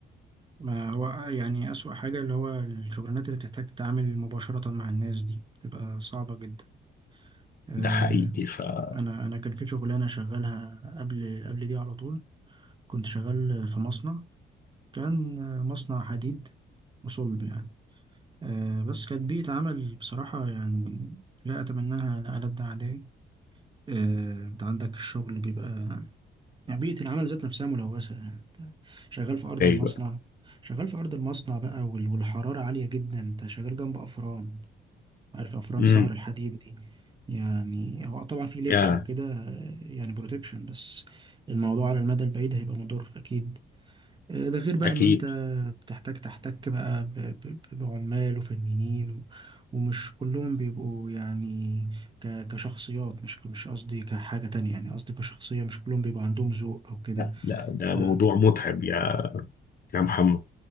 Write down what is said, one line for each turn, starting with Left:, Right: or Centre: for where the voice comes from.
Right: ما هو يعني أسوأ حاجة اللي هو الشغلانات اللي بتحتاج تتعامل مباشرة مع الناس دي بتبقى صعبة جدا آه،
Left: ده حقيقي فازاي
Right: أنا أنا كان في شغلانة شغالها قبل قبل دي على طول كنت شغال في مصنع كان مصنع حديد وصلب يعني آه، بس كانت بيئة عمل بصراحة يعني لا أتمناها لألد أعدائي آه، أنت عندك الشغل بيبقى يعني بيئة العمل ذات نفسها ملوثة يعني أنت شغال في أرض المصنع
Left: بقى
Right: شغال في أرض المصنع بقى وال- والحرارة عالية جدا أنت شغال جنب أفران عارف أفران
Left: امم
Right: سهر الحديد دي يعني هو طبعا في لبس
Left: يا
Right: وكده آه، يعني بروتكشن بس الموضوع على المدى البعيد هيبقى مضر أكيد آه، ده غير بقى
Left: أكيد
Right: ان انت بتحتاج تحتك بقى ب- ب- ب- بعمال وفنيين و- ومش كلهم بيبقوا يعني ك- كشخصيات مش مش قصدي كحاجة تانية يعني قصدي كشخصية مش كلهم بيبقى عندهم ذوق او كده
Left: لا لا ده
Right: آه،
Left: موضوع متعب يا يا محمد